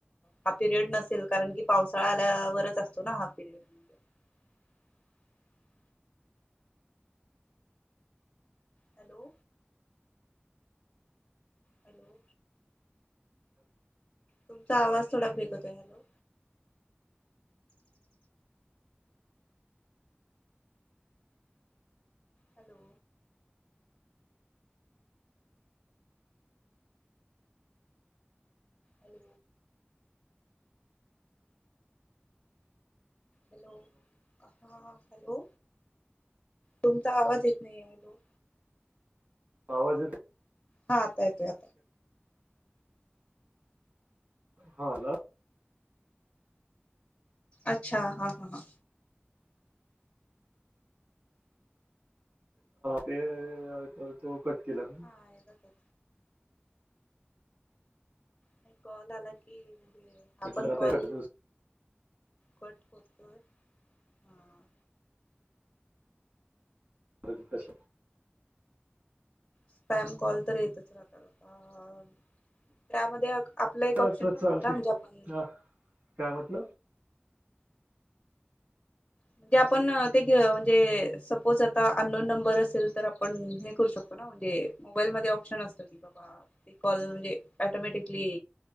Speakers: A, on the left; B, on the right.
A: हा पिरियड नसेल कारण की पावसाळा आल्यावरच असतो ना हा त हॅलो हॅलो तुमचा आवाज थोडा बेगतोय हॅलो हॅलो अल हॅलो हा हॅलो तुमचा आवाज येत नाही आहे हॅलो
B: आवाजच
A: हा आतायतय आ
B: हा ह
A: अच्छा हा हा हा
B: ते तो कट केला मी
A: हा येतातच नाही कॉल आला की म्हणजे
B: म्हटलं
A: आपण
B: आता
A: कॉल
B: कंटिन्यू
A: कट कुत हा
B: अ कश
A: स्पॅम कॉल तर येतच राहतता त्यामध्ये आपला एक
B: हां,
A: ऑप्शन
B: तर
A: पण
B: चालते.
A: असत ना म्हणजे आपण
B: हां, काय म्हटलं?
A: म्हणजे आपण ते घे म्हणजे सपोज आता अननोन नंबर असेल तर आपण हे करू शकतो म्हणजे मोबाईल म ऑप्शन असत की बाबा ते कॉल म्हणजे टोमॅटिकली